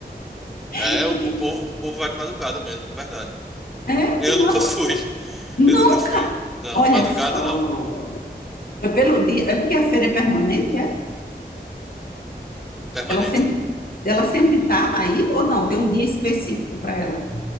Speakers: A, in the centre; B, on the left (about 60°).
A: É,
B: <laughs>
A: o, o
B: que-
A: povo, o povo vai de madrugada mesmo, é verdade.
B: é
A: Eu
B: de
A: nunca
B: madrugada.
A: fui, <laughs>
B: Nunca!
A: eu nunca fui. Não,
B: Olha
A: de madrugada
B: só.
A: não.
B: É pelo dia, é porque a feira é permanente, é?
A: Permanente?
B: Ela sempre, ela sempre tá aí ou não? Tem um dia específico para ela.